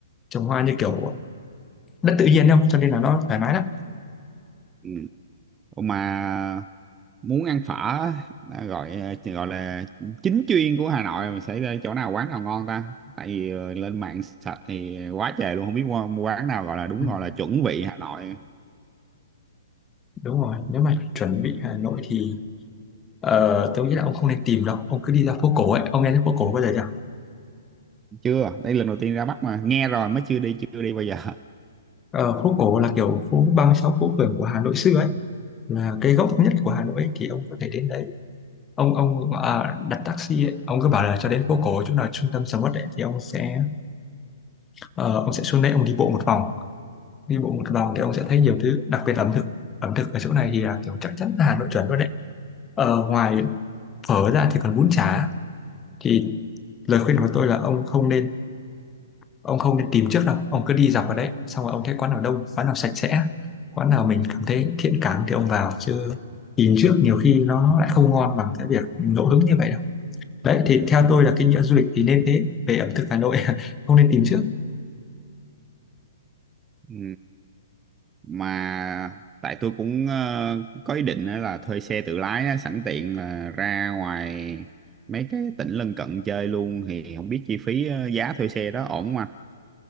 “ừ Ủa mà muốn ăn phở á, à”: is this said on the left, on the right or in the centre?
Right